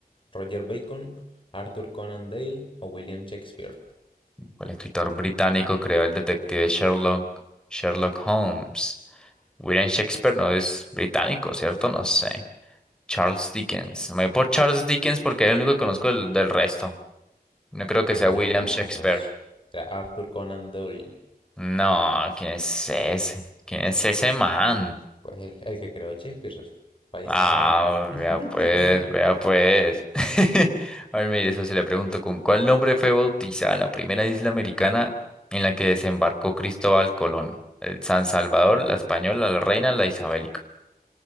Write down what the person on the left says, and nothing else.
Roger Bacon, Arthur Conan Doyle o William Shakespeare?
Pues
no,
socio. Era Arthur Conan Doyle.
Pues el, el que creó Shakespeare, socio. Ahí está
sabiendo. <laughs>